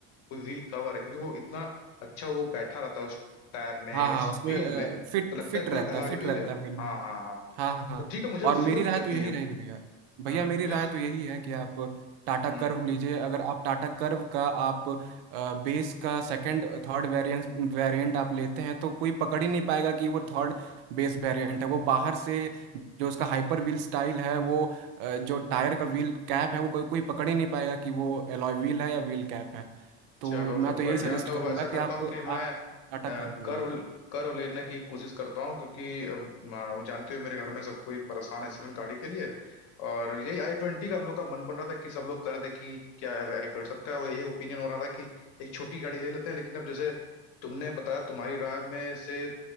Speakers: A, on the left; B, on the right.
A: कोई व्हील कवर है क्योंकि वो इतना अच्छा वो बैठा रहता है उस टायर में
B: हाँ
A: उस
B: हाँ उसमें
A: व्हील में
B: फिट
A: तो लगता
B: फिट
A: है कोई
B: रहता
A: अलॉय
B: है फिट
A: व्हील
B: रहता
A: है
B: है व्हील
A: हाँ हाँ हाँ
B: हाँ हाँ हाँ।
A: तो ठीक है मुझे उससे
B: और मेरी
A: कोई दिक्कत
B: राय तो
A: नहीं
B: यही
A: है
B: रहेगी भैया
A: हम्म
B: भैया मेरी
A: मुझे
B: राय
A: उस
B: तो यही है कि आप टाटा
A: हम्म
B: कर्व लीजिए अगर आप टाटा कर्व का आप बेस का सेकंड थर्ड वेरिएंट वेरिएंट आप लेते हैं तो कोई पकड़ ही नहीं पाएगा कि वो थर्ड बेस वेरिएंट है वो बाहर से जो उसका हाइपर व्हील स्टाइल है वो अ, जो टायर का व्हील कैप है वो कोई कोई पकड़ ही नहीं पाएगा कि वो एलॉय व्हील है या व्हील कैप है तो
A: चलो
B: मैं
A: तो बढ़िया
B: तो यही सजेस्ट
A: तो
B: करूंगा
A: ऐसा
B: कि
A: करता
B: आप
A: हूँ कि मैं
B: आप टाटा
A: अ,
B: कर्व ले
A: कर्व
B: लीजिए
A: कर्व लेने की कोशिश करता हूँ क्योंकि अ, म- जानते हो मेरे घर में सब कोई परेशान है इस समय गाड़ी के लिए और यही आई ट्वेंटी का हम लोग का मन बन रहा था कि सब लोग कर दे कि क्या है आई ट्वेंटी सबका वो यही ओपिनियन हो रहा था कि एक छोटी गाड़ी ले लेते हैं लेकिन अब जैसे तुमने बताया तुम्हारी राय में से